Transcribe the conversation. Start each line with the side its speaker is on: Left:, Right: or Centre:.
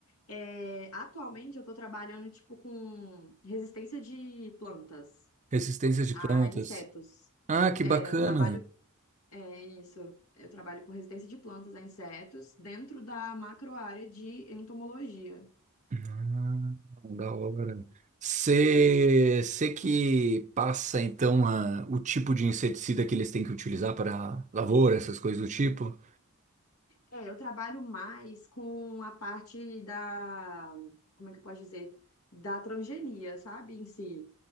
Left: É, atualmente eu estou trabalhando, tipo, com resistência de plantas
Right: Resistência de
Left: a
Right: plantas.
Left: insetos.
Right: Ah, que
Left: É,
Right: bacana.
Left: eu trabalho É isso. Eu trabalho com resistência de plantas a insetos dentro da macroárea de entomologia.
Right: Ah, da hora. Você que passa, então, a- o tipo de inseticida que eles têm que utilizar para lavoura, essas coisas do tipo?
Left: É, eu trabalho mais com a parte da, como é que eu posso dizer? Da transgenia, sabe, em si.